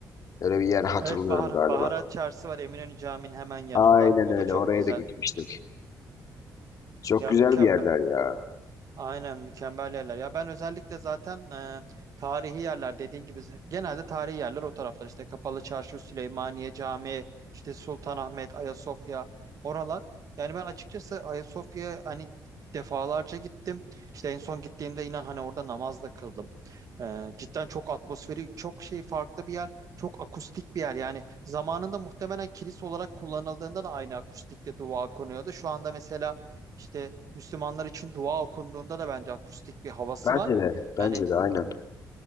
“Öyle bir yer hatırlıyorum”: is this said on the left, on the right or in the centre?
Left